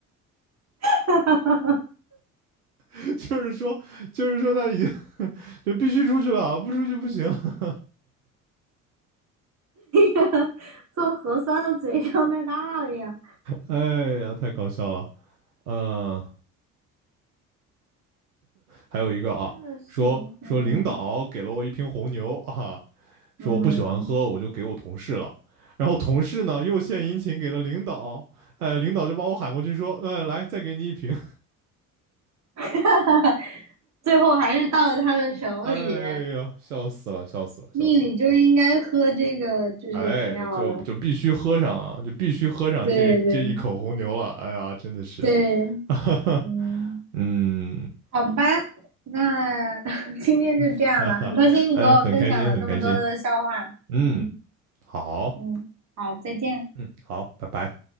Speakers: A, on the right (about 40°); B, on the right (about 80°).
A: <laughs>
B: <laughs> 就是说，就是说他已经 <laughs> 就必须出去了，不出去不行。<laughs>
A: 那个做核酸的嘴张太大了呀，
B: 哎呀，太搞笑了。嗯，还有一个啊，
A: 真的是，
B: 说说领导给了我一瓶红牛啊，
A: 嗯
B: 说我不喜欢喝，
A: 嗯，
B: 我就给我同事了。然后同事呢又献殷勤给了领导，哎，领导就把我喊过去说，嗯，来再给你一瓶。
A: <laughs> 最后还是到了他的手里，
B: <laughs> 哎呀，笑死了，笑死了，
A: 命里就应该喝这个就是饮料了，
B: 笑死了。哎，就就必须喝上啊，就必须喝上这这一口红牛了。
A: 对对
B: 哎呀，真的是，
A: 对，
B: <laughs> 哈哈，
A: 嗯，
B: 嗯，
A: 好吧，那 <laughs> 今天就这样吧，
B: <laughs> 哈哈，
A: 很开心你给我分享了这么多的笑话，
B: 嗯，很开心，很开心，嗯，
A: 嗯
B: 好，
A: 嗯，好，再见。
B: 嗯，好，拜拜。